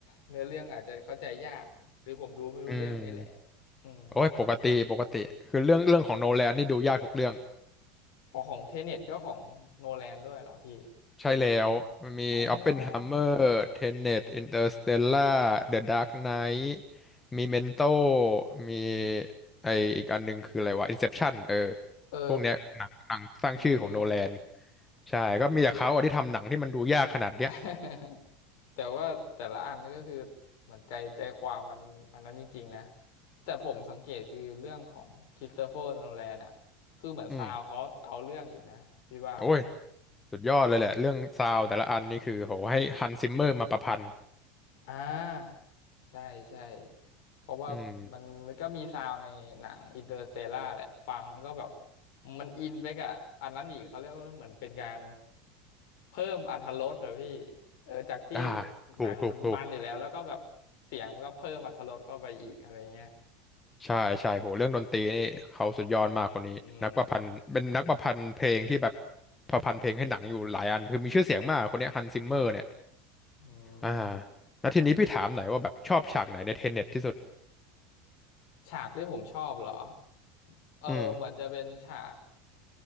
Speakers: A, on the left; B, on the left.
A: เนื้อเรื่องอาจจะเข้าใจยากหรือผมดูไม่รู้เรื่องนี่แหละ
B: อืม
A: อืม
B: โอ้ยปกติปกติคือเรื่องเรื่องของโนแลนนี่ดูยากทุกเรื่อง
A: อ๋อของเทเน็ตก็ของโนแลนด้วยเหรอพี่
B: ใช่แล้วมีออปเพนไฮเมอร์เทเน
A: อ๋อ
B: t ตอินเตอร์สเตลล่าเดอะดาร์กไนท์มีเมนโตมีไออีกอันหนึงคืออะไรวะอินเซปชั่นเออ
A: เออ
B: พวกเนี้ยหนังหนังสร้างชื่อของโนแลน
A: อืม
B: ใช่ก็มีแต่เขาอะที่ทำหนังที่มันดูยากขนาดเนี้ย
A: <laughs> แต่ว่าแต่ละอันก็คือเหมือนใจใจความมันอันนั้นจริงๆนะ แต่ผมสังเกตคือเรื่องของค h r i s t เฟอร์โนแลนอ่ะ คือเหมือนซาวเขาเอาเรื่องอยู่นะพี่ว่าไหม
B: อืมโอ้ย สุดยอดเลยแหละเรื่องซาวด์แต่ละอันนี่คือโหให้ฮันซิมเมอร์มาประพันธ์
A: อ่าใช่ใช่เพราะว่ามันมันก็มีซาวด์ในหนังอินเตอร์สเตล่าแหละฟังแล้วก็แบบ
B: อืม
A: มันอินไปกับอันนั้นอีกเขาเรียกว่าเหมือนเป็นการเพิ่มอรรถรสเดี๋ยวพี่เออจากที่
B: อ่าถูกถูกถูก
A: หนังมันมันอยู่แล้วแล้วก็แบบเสียงมันก็เพิ่มอรรถรสเข้าไปอีกอะไรเงี้ย
B: ใช่ใช่โหเรื่องดนตรีนี่เขาสุดยอดมากคนนี้นักประพันธ์เป็นนักประพันธ์เพลงที่แบบ
A: อืม
B: ประพันธ์เพลงให้หนังอยู่หลายอันคือมีชื่อเสียงมากคนเนี้ฮันซิมเมอร์เนี่ย
A: อืม
B: อ่าแล้วทีนี้พี่ถามหน่อยว่าแบบชอบฉากไหนในเทเน็ตที่สุด
A: ฉากที่ผมชอบเหรอเออเหมือนจะเป็นฉาก
B: อืม